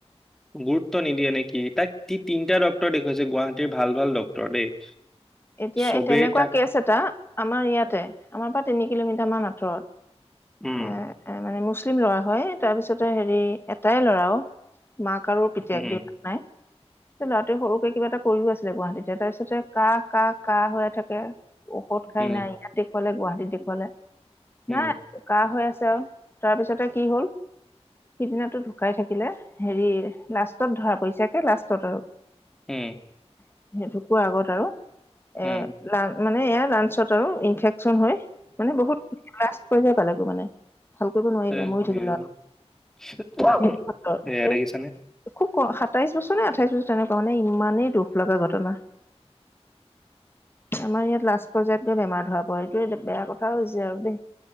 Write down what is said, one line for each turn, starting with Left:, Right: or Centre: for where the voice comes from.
Centre: গুৰুত্ব নিদিয়ে নেকি। তাক তিনিটা ডক্তৰক দেখুৱাইছে গুৱাহাটীট। ভাল ভাল ডক্তৰ দেই।
Left: এতিয়া,
Centre: চবেই
Left: এই তেনেকুৱা
Centre: তাক
Left: কেচ এটা। আমাৰ ইয়াতে, আমাৰ পৰা তিনি কিলোমিটাৰ মান আঁতৰত।
Centre: উম।
Left: এ এ মানে মুছলিম ল'ৰা হয়। তাৰপিছতে হেৰি, এটাই ল'ৰাও। মাক আৰু পিতক,
Centre: উম
Left: দেউতাক নাই। লৰাটোৱে সৰুকে কিবা এটা কৰিও আছিলে গুৱাহাটীতে, তাৰ পিছতে তাক কাহ, কাহ হৈ থাকে। ঔষধ খাই,
Centre: উম
Left: নাই ইয়াত দেখুৱালে। গুৱাহাতীত দেখোৱালে। নাই,
Centre: উম
Left: কা হৈ আছিলে। তাৰপিছতে কি হল, সিদিনাটো ঢুকাই থাকিলে। হেৰি লাষ্টত ধৰা পৰিছে একে লাষ্টত আৰু।
Centre: উম।
Left: সি ঢুকুৱা আগত আৰু
Centre: উম,
Left: এ না মানে ইয়াৰ লাঞ্চত আৰু ইনফেকচন হয়। মানে বহুত পালাগৈ মানে। ভাল কৰিব নোৱাৰিলে
Centre: সে
Left: মৰি
Centre: সেয়াই,
Left: থাকিল ল'ৰা হেৰি ক্ষেত্ৰত
Centre: সেয়াই দেখিছানে।
Left: এ খুব সাতাইশ বছৰ নে আঠাইশ বছৰ তেনেকুৱা মানে ইমানেই দুখ লগা ঘটনা। আমাৰ ইয়াত লাষ্ট পৰ্যায়ত গৈ বেমাৰ ধৰা পৰে এইটোৱে বেয়া কথাও হৈছে আৰু দেই